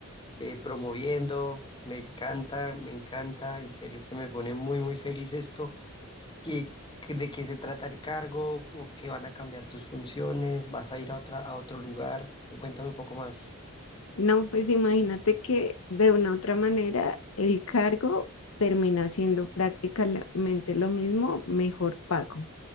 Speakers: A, on the left (about 20°); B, on the left (about 65°).
A: eh, promoviendo, me encanta, me encanta, en serio que me pone muy, muy feliz esto. ¿Y qué- de qué se trata el cargo? ¿Cómo que van a cambiar tus funciones? ¿Vas a ir a otra, a otro lugar? Cuéntame un poco más.
B: No, pues imagínate que de una u otra manera el cargo termina siendo prácticamente lo mismo, mejor pago.